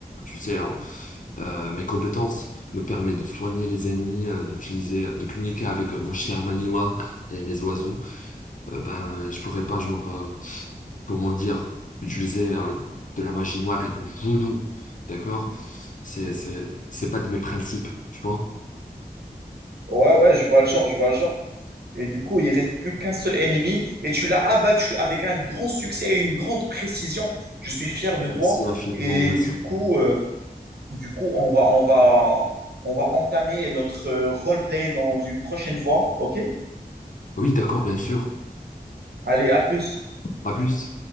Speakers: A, on the left; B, on the right.
A: tu sais hein, euh, mes compétences me permettent de soigner les ennemis, euh, d'utiliser, de communiquer avec euh, mon chien malinois et mes oiseaux. euh, ben, je pourrais pas, genre, euh, comment dire, utiliser euh, de la magie noire et du voodoo, d'accord? C'est, c'est, c'est pas de mes principes, tu vois?
B: Ouais, ouais, je vois le genre, je vois le genre. Et du coup, il reste plus qu'un seul ennemi et tu l'as abattu avec un grand succès et une grande précision. Je suis fier de toi.
A: Merci infiniment,
B: Et
A: merci
B: du
A: infiniment.
B: coup, euh, Du coup, on va, on va, on va entamer notre euh, roleplay dans une prochaine fois. OK?
A: Oui, d'accord, bien sûr.
B: Allez, à plus.
A: À plus.